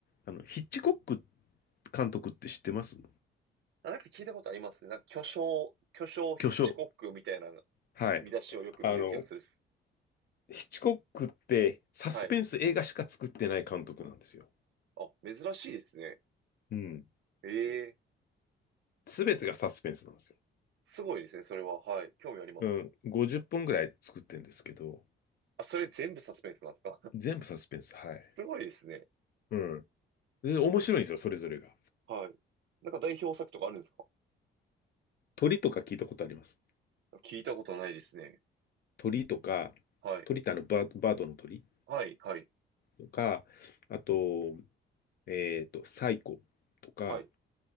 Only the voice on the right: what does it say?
あなんか聞いたことありますね。なんか巨匠、巨匠ヒッチコックみたいな
見出しをよく見る気がするっす。
はい。あ、珍しいですね。
ええ
すごいですね、それは。はい。興味あります。
あ、それ全部サスペンスなんですか
<laughs> すごいですね。
はい。なんか代表作とかあるんですか
聞いたことないですね。
はい。
はい、はい。
はい、